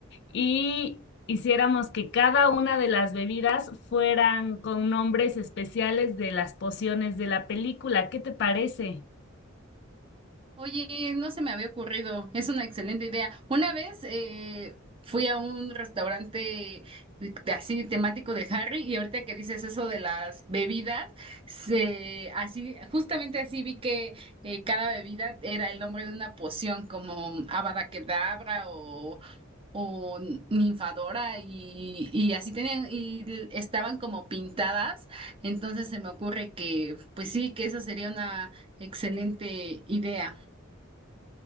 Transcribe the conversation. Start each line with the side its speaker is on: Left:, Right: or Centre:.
Left: y hiciéramos que cada una de las bebidas fueran con nombres especiales de las pociones de la película. ¿Qué te parece?
Right: Oye, no se me había ocurrido, es una excelente idea. Una vez eh, fui a un restaurante eh, de- así temático de Harry y ahorita que dices eso de las bebidas, se, así, justamente así vi que eh, cada bebida era el nombre de una poción como Avada Kedavra o, o Ninfadora y, y así tenían y estaban como pintadas, entonces se me ocurre que pues sí, que esa sería una excelente idea.